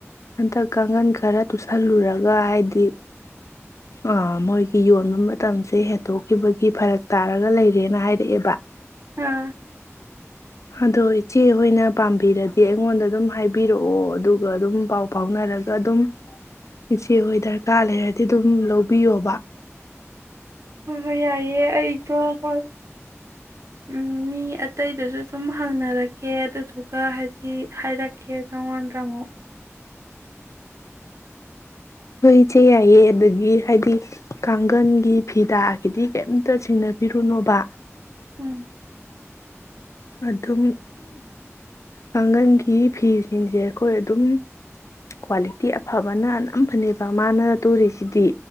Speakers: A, on the left (about 75°); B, on the right (about 70°).
A: ꯍꯟꯗꯛ ꯀꯥꯡꯈꯟ ꯈꯔ ꯇꯨꯁꯜꯂꯨꯔꯒ ꯍꯥꯏꯗꯤ ꯑ ꯃꯣꯏꯒꯤ ꯌꯣꯟꯕ ꯃꯇꯝꯁꯦ ꯍꯦꯟꯇꯣꯛꯈꯤꯕꯒꯤ ꯐꯔꯛ ꯇꯥꯔꯒ ꯂꯩꯔꯦꯅ ꯍꯥꯏꯔꯛꯑꯦꯕ
B: ꯑꯥ
A: ꯑꯗꯣ ꯏꯆꯦꯍꯣꯏꯅ ꯄꯥꯝꯕꯤꯔꯗꯤ ꯑꯩꯉꯣꯟꯗ ꯑꯗꯨꯝ ꯍꯥꯏꯕꯤꯔꯛꯑꯣ ꯑꯗꯨꯒ ꯑꯗꯨꯝ ꯄꯥꯎ ꯐꯥꯎꯅꯔꯒ ꯑꯗꯨꯝ ꯏꯆꯦꯍꯣꯏ ꯗꯔꯀꯥꯔ ꯂꯩꯔ ꯗꯨꯝ ꯂꯧꯕꯤꯌꯣꯕ
B: ꯍꯣꯏ ꯍꯣꯏ ꯌꯥꯏ ꯑꯦ ꯑꯩꯁꯨ ꯍꯣꯏ ꯎꯝ ꯃꯤ ꯑꯇꯩꯗꯨꯁꯨ ꯁꯨꯝ ꯍꯪꯅꯔꯛꯀꯦ ꯑꯗꯨꯗꯨꯒ ꯍꯥꯏꯗꯤ ꯍꯥꯏꯔꯛꯀꯦ ꯅꯪꯉꯣꯟꯗ ꯑꯃꯨꯛ
A: ꯍꯣꯏ ꯏꯆꯦ ꯌꯥꯏꯌꯦ ꯑꯗꯨꯗꯤ ꯍꯥꯏꯗꯤ ꯀꯥꯡꯒꯜꯒꯤ ꯐꯤꯗꯥꯒꯤꯗꯤ ꯀꯩꯝꯇ ꯆꯤꯡꯅꯕꯤꯔꯨꯅꯣꯕ
B: ꯎꯝ
A: ꯑꯗꯨꯝ ꯀꯥꯡꯥꯡꯒꯜꯒꯤ ꯐꯤꯁꯤꯡꯁꯦ ꯑꯈꯣꯏ ꯑꯗꯨꯝ ꯀ꯭ꯋꯥꯂꯤꯇꯤ ꯑꯐꯕꯅ ꯌꯥꯝ ꯐꯅꯦꯕ ꯃꯥꯅ ꯇꯨꯔꯤꯁꯤꯗꯤ